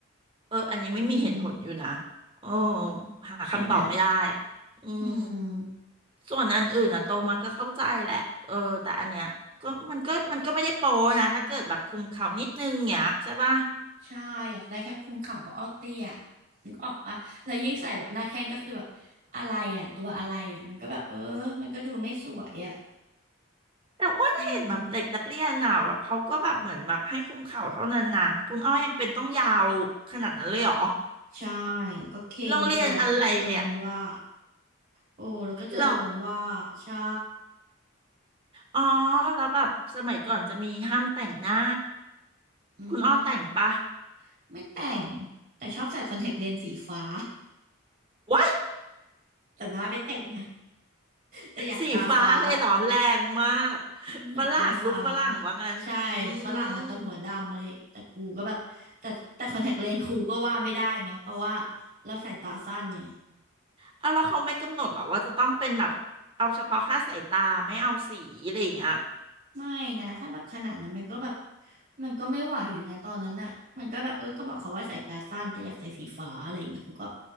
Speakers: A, on the right; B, on the right.
A: เอออันนี้ไม่มีเหตุผลอยู่นะ
B: อืม
A: เออหาคำตอบไม่ได้
B: ใช่ไหม
A: อืม
B: อืม
A: ส่วนอันอื่นนะโตมาก็เข้าใจแหละเออแต่อันเนี้ยก็มันก็มันก็ไม่ได้โปนะถ้าเกิดแบบคุมเข่าวนิดนึงเนี้ยใช่ป่ะ
B: ใช่อยากได้แค่คุมเข่าเพราะอ้อเตี้ยนึกออกปะแล้วยิ่งใส่แบบหน้าแข้งก็คือแบบอะไรอ่ะตัวอะไรอ่ะมันก็แบบเออมันก็ดูไม่สวยอ่ะ
A: แต่อ้วนเห็นแบบเด็กนักเรียนอ่ะเขาก็แบบเหมือนแบบให้คุมเข่าเท่านั้นนะคุณอ้อยังเป็นต้องยาวขนาดนั้นเลยเหรอ
B: อืมใช่แล้วก็เค็งด้วยแล้วก็จะโดนว่า
A: โรงเรียนอะไรเนี่ย <laughs>
B: โอ้แล้วก็จะโดนว่าใช่
A: หรออ๋อแล้วแบบสมัยก่อนจะมีห้ามแต่งหน้า
B: อืม
A: คุณอ้อแต่งปะ
B: ไม่แต่งแต่ชอบใส่คอนแทคเลนส์สีฟ้า
A: What?
B: แต่หน้าไม่แต่งนะแต่อยากตาฟ้า
A: สีฟ้าเลยเหรอแรงมาก
B: อืมอยากตาฟ้า
A: ฝรั่งลูกฝรั่งว่างั้น
B: ใช่
A: อื
B: ฝรั่งละแต่หัวดำอะไรอย่างงี้แต่กูก็แบบแต่แต่คอนแทคเลนส์กูก็ว่าไม่ได้ไงเพราะว่า
A: ม
B: เราใส่ตาสั้นไง
A: เอาแล้วเขาไม่กำหนดเหรอว่าจะต้องเป็นแบบเอาเฉพาะค่าสายตาไม่เอาสีอะไรอย่างเงี้ย
B: ไม่นะถ้าแบบขนาดนั้นมันก็แบบมันก็ไม่ไหวอยู่นะตอนนั้นน่ะมันก็แบบเออก็บอกเขาว่าใส่ตาสั้นแต่อยากใส่สีฟ้าอะไรอย่างเงี้ยกูก็